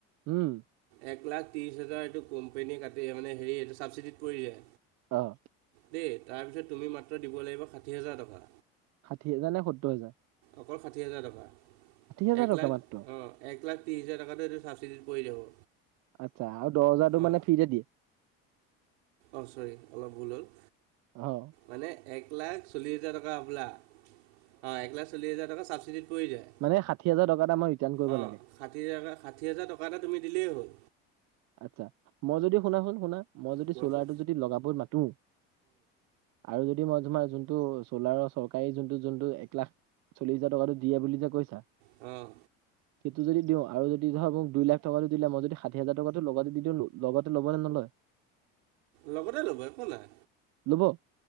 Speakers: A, on the right; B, on the right.
A: উম।
B: এক লাখ ত্ৰিছ হেজাৰ এইটো কোম্পেনীয়ে কাটি মানে হেৰি এইটো ছাবচিডিত পৰি যায়।
A: অ'।
B: দেই তাৰপিছত তুমি মাত্ৰ দিব লাগিব ষাঠি হেজাৰ টকা।
A: ষাঠি হেজাৰ নে সত্তৰ হেজাৰ?
B: অকল ষাঠি হেজাৰ টকা,
A: হাজাৰ
B: এক
A: টকা
B: লাখ
A: মাত্ৰ
B: অ'। এক লাখ ত্ৰিছ হেজাৰ টকাতো এইটো ছাবচিডিত পৰি যাব।
A: আচ্ছা আৰু দহ হাজাৰটো
B: অঁ
A: মানে ফ্ৰীতে দিয়ে।
B: অ', চৰি অলপ ভুল হ'ল।
A: অ'।
B: মানে এক লাখ চল্লিছ হেজাৰ টকা হ'বলা। অ', এক লাখ চল্লিছ হাজাৰ টকা ছাবচিডিত পৰি যায়
A: মানে ষাঠি হাজাৰ টকা এটা মই ৰিটাৰ্ণ কৰিব
B: অ'।
A: লাগে
B: ষাঠি‌‌ হেজাৰ ট, ষাঠি হাজাৰ টকা এটা তুমি দিলেই হ'ল।
A: আচ্ছা, মই যদি শুনা সোন শুনা, মই যদি
B: কোৱাচোন
A: চ'লাৰটো যদি লগাব মাতো, আৰু যদি মই তোমাৰ যোনটো চ'লাৰৰ চৰকাৰী যোনটো যোনটো এক লাখ চল্লিছ হাজাৰ টকাটো দিয়ে বুলি যে কৈছা,
B: অ'
A: সেইটো যদি দিওঁ আৰু যদি ধৰা মোক দুই লাখ টকাতো দিলে, মই যদি ষাঠি হাজাৰ টকা টো লগতে দি দিলোঁ, ‌ লগতে ল'ব নে নলয়?
B: লগতে ল'ব একো নাই।
A: ল'ব